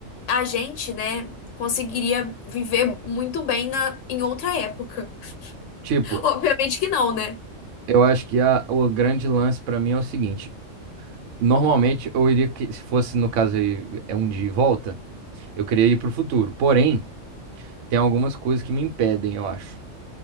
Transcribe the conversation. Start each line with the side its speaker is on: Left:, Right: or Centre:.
Left: a gente, né, conseguiria viver muito bem na, em outra época.
Right: Tipo,
Left: <laughs> Obviamente que não, né?
Right: eu acho que a- o grande lance pra mim é o seguinte. Normalmente eu iria que, se fosse no caso aí, é um dia e volta, eu queria ir pro futuro. Porém, tem algumas coisas que me impedem, eu acho.